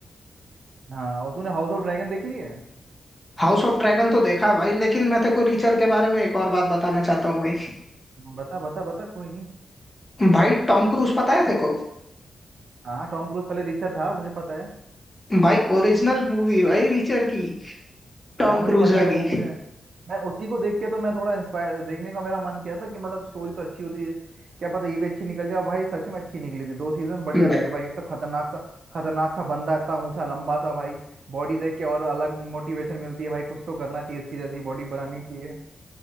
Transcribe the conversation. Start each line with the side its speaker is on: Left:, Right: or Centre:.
Right: हाँ और तूने हाउस ऑफ ड्रैगन देख ली है
Left: हाउस ऑफ ड्रैगन तो देखा भाई लेकिन मैं तेको रीचर के बारे में एक और बात बताना चाहता हूँ भाई
Right: हाँ, बता बता बता कोई नहीं
Left: भाई टॉम क्रूज पता है तेको
Right: हाँ हाँ टॉम क्रूज पहले रिचर था मुझे पता है
Left: भाई ओरिजिनल मूवी भाई रीचर की टॉम
Right: हाँ मुझे
Left: क्रूज
Right: पता
Left: वाली
Right: है वो मुझे मैं उसी को देख के तो मैं थोड़ा इंस्पायर देखने का मेरा मन किया था कि मतलब स्टोरी तो अच्छी होती है क्या पता ये भी अच्छी निकल जाए और भाई सच में अच्छी निकली थी दो सीजन बढ़िया
Left: <laughs>
Right: लगे भाई एक तो खतरनाक सा खतरनाक सा बंदा इतना ऊंचा लंबा सा भाई बॉडी देख के और अलग मोटिवेशन मिलती है भाई कुछ तो करना चाहिए इसकी जैसी बॉडी बनानी चाहिए